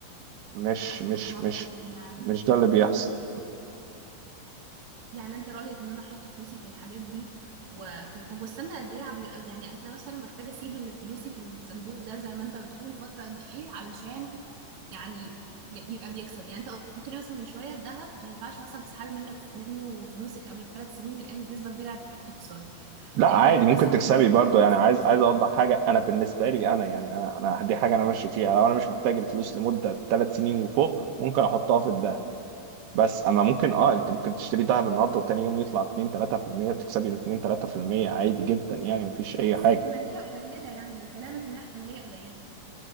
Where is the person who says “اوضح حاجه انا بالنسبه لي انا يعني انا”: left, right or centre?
Right